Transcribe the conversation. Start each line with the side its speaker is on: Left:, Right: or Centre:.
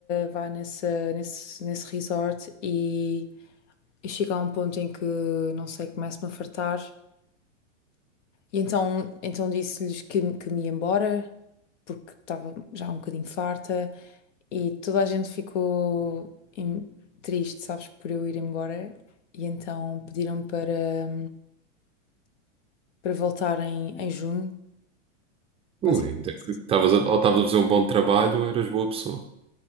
Left: vá, nessa, nesse, nesse resort e eu chego a um ponto em que, não sei, começo-me a fartar. E então, então disse-lhes que, que me ia embora, porque estava já um bocadinho farta e toda a gente ficou em- triste, sabes, por eu ir embora. E então pediram para, para voltar em, em junho,
Right: ui,
Left: basicamente.
Right: ainda que estavas a, ou estavas a fazer um bom trabalho ou eras boa pessoa.